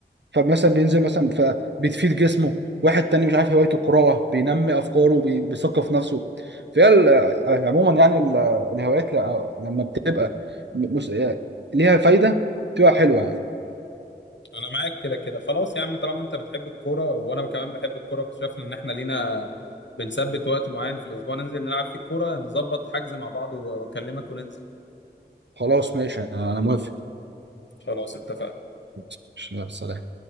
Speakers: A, on the right (about 75°); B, on the left (about 85°).
A: فمثلا
B: بالظبط.
A: بينزل مثلا فبتفيد جسمه واحد تاني مش عارف هوايته القراءة بينمي أفكاره بي- بيثقف نفسه فهي ال- عموما يعني ال- الهوايات ل- لما بتبقى م- مس- آه، ليها فايدة بتبقى حلوة يعني
B: انا معاك كده كده خلاص يا عم طالما انت بتحب الكوره وانا كمان بحب الكوره اكتشفنا ان احنا لينا بنثبت وقت معين في الاسبوع ننزل نلعب فيه الكوره نظبط حجز مع بعض واكلمك وننزل
A: خلاص ماشي أنا أنا موافق
B: خلاص اتفقنا
A: ماشي، يلا، سلام